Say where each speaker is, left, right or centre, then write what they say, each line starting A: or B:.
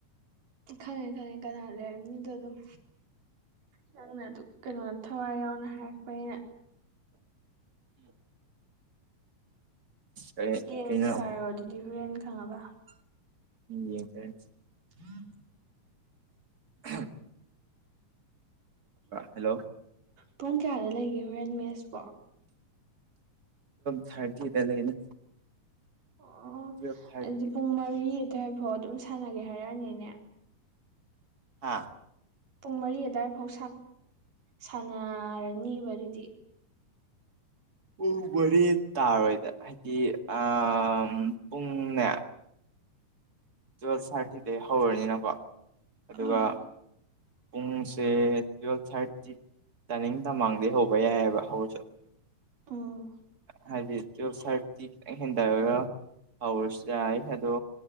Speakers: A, on the right (about 80°); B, on the right (about 35°).
A: ꯈꯪꯉꯦ ꯈꯪꯉꯦ ꯀꯅꯥ ꯂꯩꯔꯝꯅꯤꯗꯣ ꯑꯗꯨꯝ ꯅꯪꯅ ꯑꯗꯨ ꯀꯩꯅꯣ ꯊꯋꯥꯏ ꯌꯥꯎꯅ ꯍꯥꯏꯔꯛꯄꯩꯅ
B: ꯎꯝ
A: ꯌꯦꯡ
B: ꯀꯩꯅꯣ
A: ꯊꯥꯔꯣ ꯑꯗꯨꯗꯤ ꯍꯣꯔꯦꯟ ꯈꯪꯉꯕ
B: ꯎꯝ ꯌꯦꯡꯁꯔꯦ
A: ꯍꯝ
B: ꯎꯝ ꯍꯜꯂꯣ
A: ꯄꯨꯡ ꯀꯌꯥꯗ ꯂꯩꯒꯦ ꯍꯣꯔꯦꯟ ꯃꯦꯁꯄꯣ
B: ꯊꯔꯇꯤ ꯇ ꯂꯩꯅ
A: ꯑꯣ ꯑꯣ
B: ꯇꯨꯌꯦꯜꯞ ꯊꯥꯔꯇꯤ
A: ꯑꯗꯨꯗꯤ ꯄꯨꯡ ꯃꯔꯤ ꯑꯗꯨꯋꯥꯏꯐꯥꯎ ꯑꯗꯨꯝ ꯁꯥꯟꯅꯒꯦ ꯍꯥꯏꯔꯛꯑꯅꯤꯅꯦ
B: ꯍꯥꯥ
A: ꯄꯨꯡ ꯃꯔꯤ ꯑꯋꯥꯏ ꯐꯥꯎ ꯁꯥꯟꯅꯔꯅꯤꯕ ꯑꯗꯨꯗꯤ
B: ꯄ ꯣꯔꯦ ꯇꯥꯔꯣꯏꯗ ꯍꯥꯏꯗꯤ ꯑ ꯄꯨꯡꯅꯦ ꯇꯨꯋꯦꯜꯐ ꯊꯥꯔꯇꯤꯗꯩ ꯍꯧꯔꯅꯤꯅꯀꯣ ꯑꯗꯨꯒ
A: ꯑꯥ
B: ꯄꯨꯡꯁꯦ ꯇꯨꯋꯦꯜꯐ ꯊꯥꯔꯇꯤ ꯇꯥꯅꯤꯡ ꯇꯃꯥꯡꯗꯩ ꯍꯧꯕ ꯌꯥꯏꯑꯕ ꯍꯧꯔꯁꯨ
A: ꯑꯥ
B: ꯍꯥꯏꯗꯤ ꯇꯨꯋꯜꯞ ꯊꯥꯔꯇꯤ ꯈꯤꯇꯪ ꯍꯦꯟꯊꯔꯒ ꯄꯥꯎꯔꯁꯨ ꯌꯥꯏ ꯑꯗꯣ